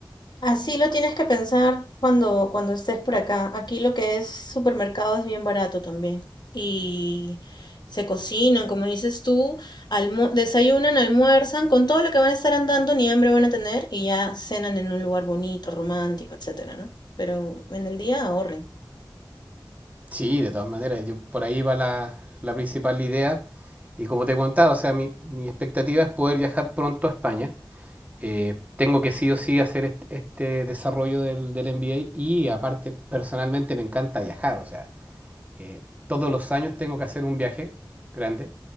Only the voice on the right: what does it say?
Sí, de todas maneras, yo, por ahí va la, la principal idea. Y como te he contado, o sea, mi, mi expectativa es poder viajar pronto a España. Eh, tengo que sí o sí hacer este este, desarrollo del, del MBA y aparte, personalmente me encanta viajar, o sea, eh, todos los años tengo que hacer un viaje grande